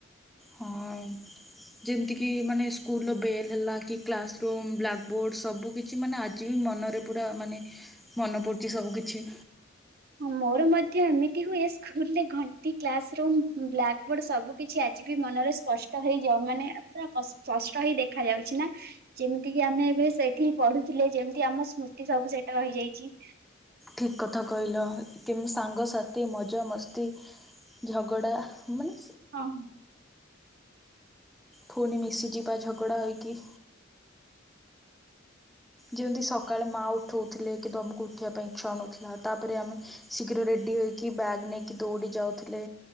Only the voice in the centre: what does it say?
ହଁ ଯେମିତିକି ମାନେ ସ୍କୁଲର ବେଲ୍ ହେଲା କି କ୍ଲାସରୁୁମ୍ ବ୍ଲାକ୍ ବୋର୍ଡ଼ ସବୁକିଛି ମାନେ ଆଜି ବି ମନରେ ପୁରା ମାନେ ମନ ପଡ଼ୁଛି ସବୁ କିିଛି
ଠିକ୍ କଥା କହିଲ କେମିତି ସାଙ୍ଗସାଥି ମଜା ମସ୍ତି ଝଗଡ଼ା ମାନେ
ପୁଣି ମିଶିଯିବା ଝଗଡ଼ା ହୋଇକି ଯେମିତି ସକାଳେ ମା ଉଠଉଥିଲେ କିନ୍ତୁ ଆମକୁ ଉଠିବା ପାଇଁ ଇଚ୍ଛା ନଥିଲା ତାପରେ ଆମେ ଶୀଘ୍ର ରେଡି ହେକି ବ୍ୟାଗ୍ ନେଇକି ଦୌଡି ଯାଉଥିଲେ